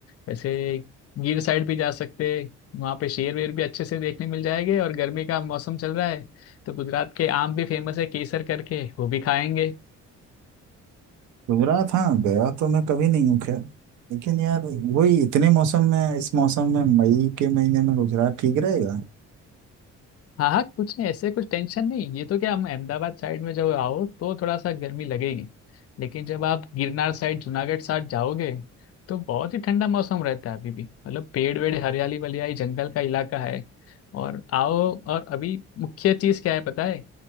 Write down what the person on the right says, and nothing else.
गुजरात हाँ गया तो मैं कभी नहीं हूँ खैर लेकिन यार वही इतने मौसम में इस मौसम में मई के महीने में गुजरात ठीक रहेगा